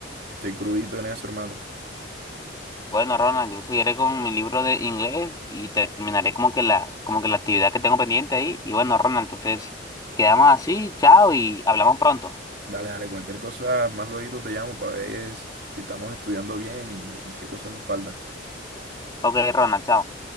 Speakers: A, on the right (about 55°); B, on the left (about 20°).
A: estoy crudito en eso, hermano.
B: Bueno, Ronald, yo seguiré con mi libro de inglés y terminaré como que la, como que la actividad que tengo pendiente ahí. Y bueno, Ronald, entonces quedamos así, chao y hablamos pronto.
A: Dale, dale, cualquier cosa, más luego te llamo para ver si estamos estudiando bien y, y qué cosas nos faltan.
B: Ok, Ronald, chao.